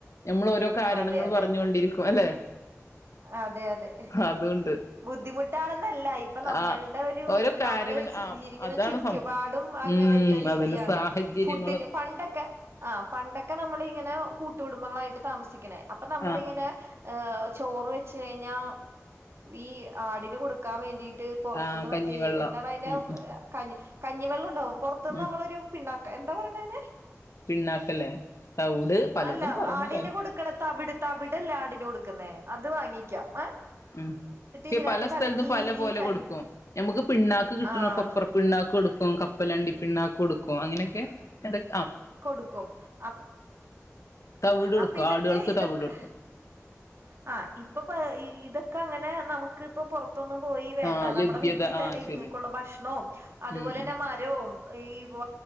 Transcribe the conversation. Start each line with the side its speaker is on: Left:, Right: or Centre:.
Left: ഞമ്മളോരോ കാരണങ്ങൾ
Right: അതെ അതെ
Left: പറഞ്ഞു കൊണ്ടിരിക്കും അല്ലെ
Right: അതെ അതെ
Left: അതുണ്ട്
Right: ബുദ്ധിമുട്ടാണെന്നല്ല ഇപ്പൊ നമ്മള്ടെ
Left: ആ
Right: ഒരു
Left: ഓരോ കാരണ
Right: നമ്മള്
Left: ആ
Right: ജീവിക്കുന്ന
Left: അതാണ്
Right: ചുറ്റുപാ
Left: സംഭവം
Right: ടും അങ്ങനത്തെ
Left: ഉം
Right: രീതിയാണ്
Left: അതന്നെ സാഹചര്യങ്ങള്
Right: ഫുഡിന് പണ്ടൊക്കെ ആ പ ഒക്കെ നമ്മളിങ്ങനെ കൂട്ടുകുടുംബങ്ങളായിട്ട് താമസിക്കണേ അപ്പൊ നമ്മളിങ്ങനെ
Left: ആ
Right: ഏഹ് ചോറ് വെച്ച് കഴിഞ്ഞാ ഈ ആടിന് കൊടുക്കാ വേണ്ടി ട്ട് പൊറത്തുന്ന്
Left: ആ
Right: മറ്റേ
Left: കഞ്ഞിവെള്ളം
Right: എന്താണ് അതിനേ
Left: ഉം ഉം
Right: കനി കഞ്ഞിവെള്ളം ഉണ്ടാവും പൊറത്ത് നിന്ന്
Left: ഉം
Right: നമ്മളൊരു പിണ്ണാ എന്താ പറയാണെ അയിനെ
Left: പിണ്ണാക്കല്ലേ തൗട് പലതും
Right: അല്ല
Left: പറഞ്ഞു
Right: ആടിന്
Left: പല
Right: കൊടുക്കണ തവിട് തവിടല്ലേ ആടിന് കൊടുക്ക്ന്നേ അത് വാങ്ങിക്കാം ഏഹ്
Left: ഉം
Right: ഇതിനകത്ത്
Left: ഈ പല സ്ഥലത്തും
Right: കലക്കി
Left: പല പോലെ
Right: ഈ കഞ്ഞി
Left: കൊടുക്കും ഞമ്മുക്ക് പിണ്ണാക്ക് കിട്ടുന്ന
Right: ആഹ്
Left: കൊപ്ര പിണ്ണാക്ക് കൊടു ക്കും കപ്പലണ്ടി പിണ്ണാക്ക്കൊടുക്കും അങ്ങനെക്കെ എടയ്
Right: കൊടുക്കും ആ
Left: തവിട് കൊടുക്കും
Right: അപ്പ ഇതൊക്കെ
Left: ആടുകൾക്ക്
Right: ഇതൊക്കെ
Left: തവിട് കൊടുക്കും
Right: ആഹ് ഇപ്പൊ ഇത് ഇതക്കങ്ങനെ നമുക്ക് ഇപ്പൊ പൊറ തോന്നും പോയി വേണ്ട
Left: ആ
Right: നമ്മടെ
Left: ലഭ്യത
Right: വീട്ടി
Left: ആ
Right: തന്നെ ഇത്ങ്ങക്കുള്ള
Left: ശരി
Right: ഭക്ഷണവും അതുപോലെ
Left: ഉം
Right: തന്നെ
Left: ഉം
Right: മരവും ഇ പ്പോ